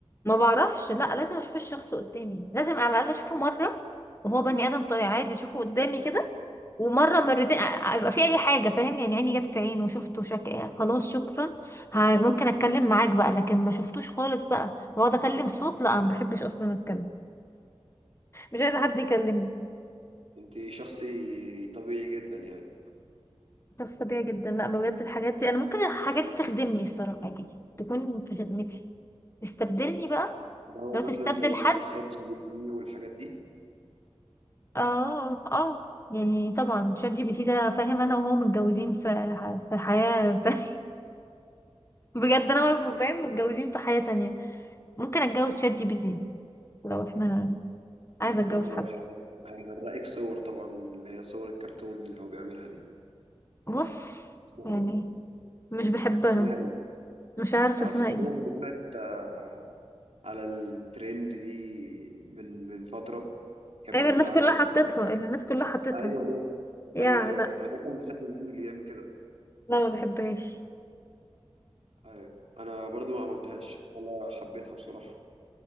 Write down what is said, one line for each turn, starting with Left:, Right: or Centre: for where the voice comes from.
Left: ما بعرفش لا لازم اشوف الشخص قدامي لازم على الاقل اشوفه مره وهو بني ادم طبيعي عادي اشوفه قدامي كده ومره مرتين آه، يبقى في اي حاجه فاهم يعني عيني جت في عينه وشفته شك... آه، خلاص شكرا ه- ممكن اتكلم معاك بقى لكن ما شفتوش خالص بقى واقعد اكلم صوت لا ما بحبش اصلا اتكلم مش عايزه حد يكلمني
Right: انت شخصي طبيعي جدا يعني
Left: شخص طبيعي جدا لا بجد الحاجات دي انا ممكن الحاجات دي تخدمني الصراحه يعني تكون في خدمتي تستبدلني بقى
Right: اللي هو
Left: لو تستبدل
Right: مثلا زي
Left: حد
Right: شات جي بي تي والحاجات دي
Left: اه اه يعني طبعا شات جي بي تي ده فاهم انا وهو متجوزين في ح- في حياة <laughs> تانية بجد انا وهو فاهم متجوزين في حياة تانية ممكن اتجوز شات جي بي تي لو احنا عايزه اتجوز
Right: يا نهار
Left: حد
Right: ابيض هيغ- هيغرقك صور طبعا اللي هي صور الكرتون اللي هو بيعملها دي
Left: بص
Right: اسمها
Left: يعني
Right: ايه
Left: مش بحبها
Right: اسمها ايه
Left: مش عارفه
Right: عارفه
Left: اسمها
Right: الصور
Left: ايه
Right: اللي طلعت آه، على الترند دي من من فتره كانت
Left: ايوه
Right: بتنزل
Left: الناس
Right: على
Left: كلها
Right: الفيسبوك
Left: حطتها
Right: بقى
Left: اللي الناس كلها حطتها
Right: ايوه هي الس-
Left: يا
Right: ايوه ايوه
Left: لا
Right: ما هو ده كان شات جي بي تي اللي يعمل كده
Left: لا ما بحبهاش
Right: أيوة. انا برضو ما عملتهاش ولا حبيتها بصراحه